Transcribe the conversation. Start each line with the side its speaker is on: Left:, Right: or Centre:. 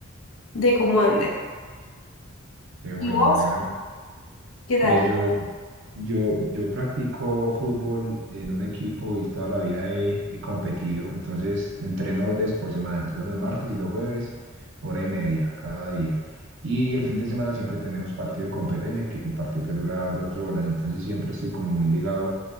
Left: de cómo ande.
Right: Qué bueno,
Left: ¿Y vos?
Right: me alegra mucho
Left: ¿Qué tal?
Right: Pues yo, yo, yo practico fútbol en un equipo y toda la vida he, he competido. Entonces, entreno dos veces por semana, entreno los martes y los jueves, hora y media cada día. Y el fin de semana siempre tenemos partido de competencia, que el partido pues dura dos horas. Entonces, siempre estoy como muy ligado,